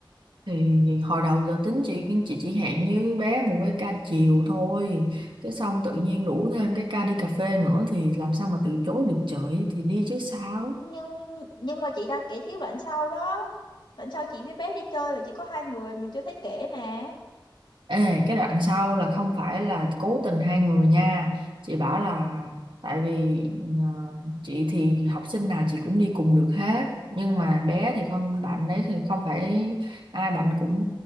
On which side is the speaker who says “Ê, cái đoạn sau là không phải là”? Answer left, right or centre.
Right